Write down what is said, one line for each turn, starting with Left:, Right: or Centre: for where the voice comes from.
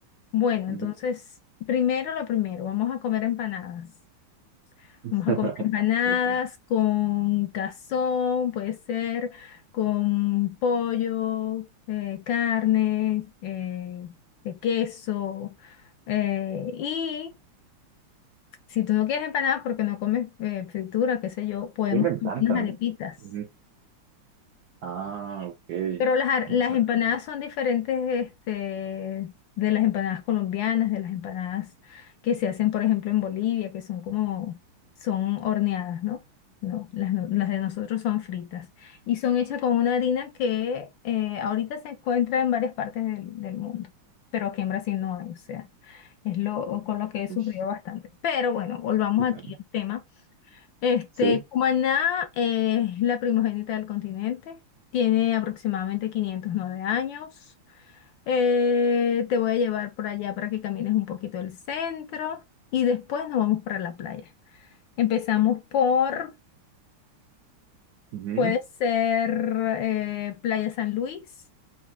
Left: Bueno,
Right: Ujú.
Left: entonces, primero lo primero, vamos a comer empanadas.
Right: <laughs>
Left: Vamos a comer empanadas
Right: Ok.
Left: con cazón, puede ser con pollo, eh, carne, eh, de queso. eh, y si tú no quieres empanadas porque no comes eh, fritura, qué sé yo, podemos
Right: A mí me encantan,
Left: comer unas arepitas.
Right: ¿eh? Ujú. Ah, ok.
Left: Pero las, ar-
Right: Unas
Left: las
Right: arrolitas.
Left: empanadas son diferentes, este, de las empanadas colombianas, de las empanadas que se hacen, por ejemplo, en Bolivia, que son como, son horneadas, ¿no? No, las, no- las de nosotros son fritas y son hechas con una harina que eh, ahorita se encuentra en varias partes del, del mundo, pero aquí en Brasil no hay, o sea, es lo con lo que he sufrido
Right: Uy.
Left: bastante. Pero bueno, volvamos
Right: <laughs>
Left: aquí al tema. Este,
Right: Sí.
Left: Cumaná es la primogénita del continente, tiene aproximadamente 509 años. Eh, te voy a llevar por allá para que camines un poquito el centro y después nos vamos para la playa. Empezamos por,
Right: Ujú.
Left: puede ser eh, Playa San Luis,